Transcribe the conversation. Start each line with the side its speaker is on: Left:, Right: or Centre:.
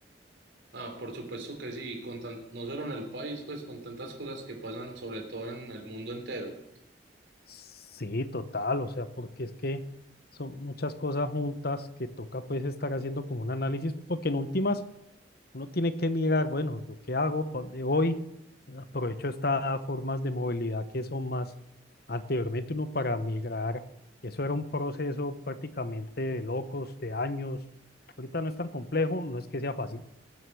Right: Ah, por supuesto que sí, con tan- no solo en el país, pues con tantas cosas que pasan, sobre todo en el mundo entero.
Left: Sí, total, o sea, porque es que son muchas cosas juntas que toca pues estar haciendo como un análisis, porque en últimas uno tiene que mirar, bueno, ¿yo qué hago? ¿Para dónde voy? Aprovecho estas formas de movilidad que son más, anteriormente uno para migrar, eso era un proceso prácticamente de locos, de años, ahorita no es tan complejo, no es que sea fácil,